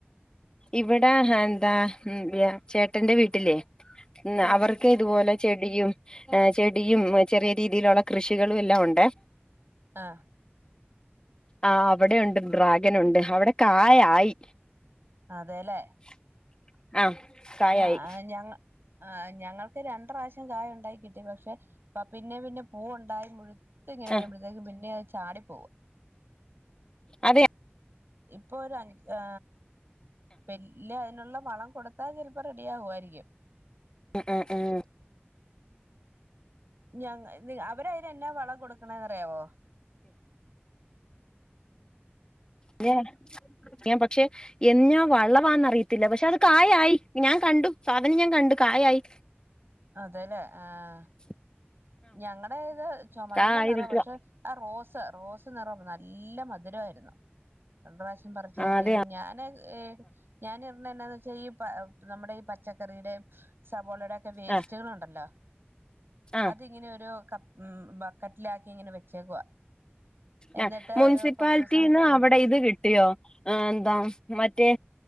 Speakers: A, on the left; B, on the right.
A: ഇവിടെ എന്താ ചേട്ടന്റെ വീട്ടിലേ
B: ആഹ്
A: അവർ ക്ക് ഇതുപോലെ ചെടിയും ഏഹ് ചെടിയും ചെറിയ രീതിയിലുള്ള കൃഷികളും എല്ലാം ഉണ്ടേ
B: ആഹ്
A: ആഹ് അവിടെ ഉണ്ട് ഡ്രാഗൻ ഉണ്ട് അവിടെ കായ ആയി
B: അതെല്ലേ
A: <inaudible> <inaudible> കായായി
B: ആഹ് ഞങ്ങ ആ ഞങ്ങൾക്ക് രണ്ട് റാശ്യം കായണ്ടായി കിട്ടി പക്ഷെ പ പിന്നെ പിന്നെ പൂവ് ണ്ടായി മുഴുത്ത് ങ്ങനെ വരുമ്പയത്തേക്കും
A: ആ
B: പിന്നെ അഹ് ചാടി പോവാ
A: അതെ
B: ഇപ്പൊ ഒരു അൻ ആ വെല്യ അയിനുള്ള പണം കൊടു ത്താ ചെൽപ്പം റെഡിയാവു ആയിരിക്കും
A: ഉം ഉം ഉം
B: ഞങ്ങ ന്ന് അവര് അയിന് എന്നാ വളം കൊടുക്ക്ണേന്ന് റിയാവോ
A: ഞ്ഞെ ഞാ പക്ഷെ എന്നാ വള്ളവാന്നറിയത്തില്ല പക്ഷെ അത് കായായി ഞാൻ കണ്ടു സാധനം ഞാൻ കണ്ടു കായായി
B: അതെല്ലേ ഏഹ്
A: <inaudible>
B: ഞങ്ങടെ ഇത് ചുമന്ന
A: കായായി
B: നിറ
A: നിൽക്കുവാ
B: പക്ഷെ ആ റോസ് റോസ് നെറം നല്ല മധുരാ യിരുന്നു രണ്ട് റാശ്യം പറിച്ച
A: ആ
B: കിട്ടിയതും
A: അതെ
B: ഞാന് ഏ ഞാന് ഇട്ണേ എന്നാ വച്ചാല് ഈ പ നമ്മുടെ ഈ പച്ചക്കറിടെ സബോളയുടെ ഒക്കെ വേസ്റ്റുകളു
A: ആ
B: ണ്ടല്ലോ
A: ആ
B: അതിങ്ങനൊരു ക ഉം ബക്കറ്റ് ലാക്കി ഇങ്ങനെ വെച്ചേക്കുവാ എന്നിട്ട്
A: എ മുൻസിപ്പാൽ
B: ഒരു കുറച്ച് ദിവസം
A: റ്റീന്ന്
B: കഴി
A: അവിടെ ഇത് കിട്ടിയോ ആ ന്താ മറ്റേ